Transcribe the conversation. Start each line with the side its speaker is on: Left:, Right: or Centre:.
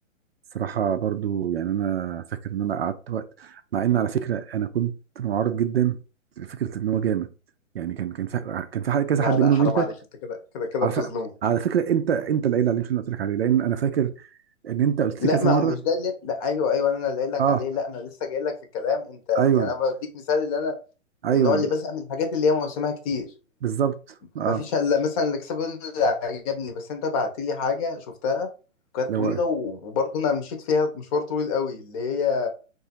Right: الصراحه برضو يعني انا فاكر ان انا قعدت وقت مع ان على فكره انا كنت معارض جدا لفكره ان هو جامد يعني كان كان في كان في حد- كذا
Left: لا
Right: حد
Left: لا
Right: منهم
Left: حرام
Right: انت
Left: عليك انت كده كده كده
Right: على
Left: بتظلمه
Right: ف... على فكره انت انت اللي قايل عليه مش انا اللي قلت لك عليه لان انا فاكر ان انت قلت
Left: لا
Right: لي كذا
Left: ما
Right: مره
Left: هو مش ده اللي لا ايوه ايوه انا اللي قايل لك
Right: اه
Left: عليه لا انا لسه جاي لك في الكلام انت
Right: ايوه
Left: يعني انا بديك مثال اللي انا
Right: ايوه
Left: من النوع اللي بزهق من الحاجات اللي هي موسمها كتير
Right: بالظبط اه
Left: ما فيش الا مثلا الاكسبل اللي عجبني بس انت بعت لي حاجه شفتها كانت
Right: اللي هو
Left: طويله و- وبرضه انا مشيت فيها مشوار طويل قوي اللي هي